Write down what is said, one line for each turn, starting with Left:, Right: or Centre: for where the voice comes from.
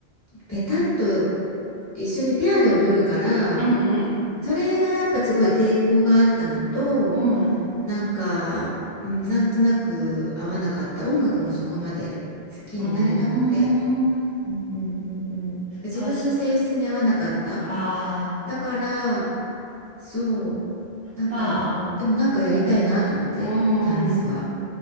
Left: ペタッと一緒にペアで踊るから、
Right: うん、うん、
Left: それがやっぱすごい抵抗があったのと、
Right: うん。
Left: なんか、うん、なんとなく合わなかった。音楽もそこまで好きになれなくて。
Right: うーん。
Left: うんうんうんうん、自分の性質に合わなかった
Right: 確か。ああ、
Left: だからそうなんかでもなんかやりたいなと思ってるダンスは
Right: まあ、うん、うん。